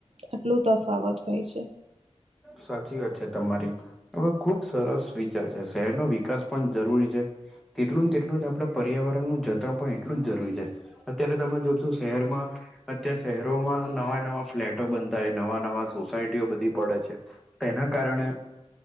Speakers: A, on the right; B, in the centre.
A: આટલું તફાવત હોય છે.
B: સાચી વાત છે તમારી. હવે ખુબ સરસ વિચાર છે. શહેરનો વિકાસ પણ જરૂરી છે. તેટલું ને તેટલું જ આપણે પર્યાવરણનું જતન પણ એટલું જ જરૂરી છે. અત્યારે તમે જોવ છો શહેરમાં અત્યારે શહેરોમાં નવા-નવા ફ્લેટો બંધાય નવા-નવા સોસાયટીઓ બધી પડે છે. તેના કારણે